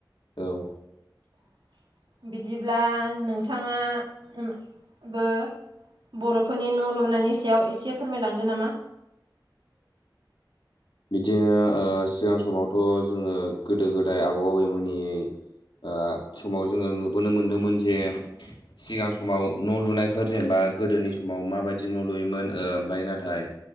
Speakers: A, on the left; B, on the right.
A: औ
B: <inaudible> बिदिब्ला नोंथाङा <unintelligible> बो बर'फोरनि न' लुनायनि सायाव एसे फोरमायलांदो नामा
A: बिदिनो ओ सिगां समावथ' जोङो गोदो गोदाय आबौ आबैमोननि ओ समाव जोङो नुबोनो मोनदोंमोन जे सिगां समाव न' लुनायफोर जेनेबा गोदोनि समाव माबायदि न' लुयोमोन ओमफाय नाथाय